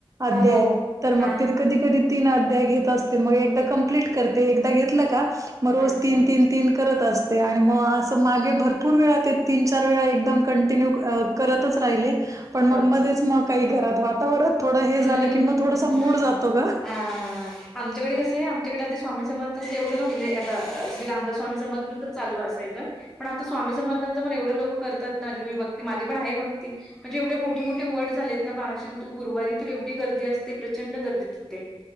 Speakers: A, on the right; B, in the centre.
A: अध्याय
B: हो हो
A: तर
B: हा
A: मग
B: हा
A: ते कधी कधी तीन अध्याय घेत असते मग एकदा कम्प्लीट करते एकदा घेतलं का मग रोज
B: अच्छा
A: तीन तीन तीन करत असते. आणि मग असं मागे भरपूर वेळा ते. तीन चार वेळा एकदम कंटिन्यू करतच राहिले पण मग
B: अच्छा
A: मध्येच मग काही घरात वातावरण थोडं हे
B: हम्म
A: झालं
B: हम्म
A: कि म
B: हम्म
A: थोडस
B: हम्म
A: मूड जातो ग
B: हां हां. आमच्याकडे कसं आहे आमच्याकडे आता स्वामी समर्थनच एवढं नव्हतं म्हणे आता श्री रामदास स्वामी समर्थनचं चालू असायचं पण आता स्वामी समर्थांचं पण एवढं लोकं करतात नाे मी भक्ती माझी पण आहे भक्ती म्हणजे एवढे मोठे मोठे वट झालेत नाहेील तो गरुवारी तर एवढी गर्दी असते प्रचंड गर्दी दिते